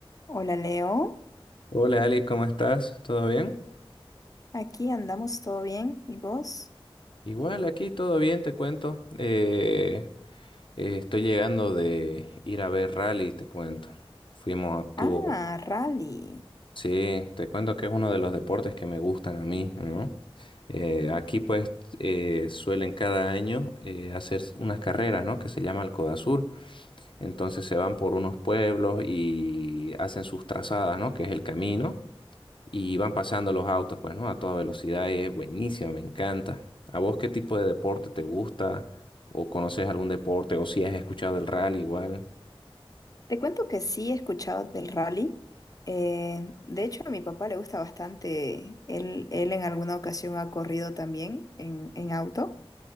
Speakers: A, on the left; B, on the left.
A: Hola Leo,
B: Hola Ali, ¿cómo estás? ¿Todo bien?
A: aquí andamos todo bien. ¿Y vos?
B: Igual aquí todo bien, te cuento. Eh, eh, estoy llegando de ir a ver rally, te cuento. Fuimos a tu...
A: Ah, rally.
B: Sí, te cuento que es uno de los deportes que me gustan a mí, ¿no? Eh, aquí pues eh, suelen cada año eh, hacer unas carreras, ¿no? Que se llama el Codasur. Entonces se van por unos pueblos y hacen sus trazadas, ¿no? Que es el camino. y van pasando los autos, pues, ¿no? A toda velocidad, es buenísimo, me encanta. ¿A vos qué tipo de deporte te gusta? ¿O conoces algún deporte? ¿O si has escuchado del rally igual?
A: Te cuento que sí he escuchado del rally. Eh, de hecho, a mi papá le gusta bastante. Él, él en alguna ocasión ha corrido también en, en auto.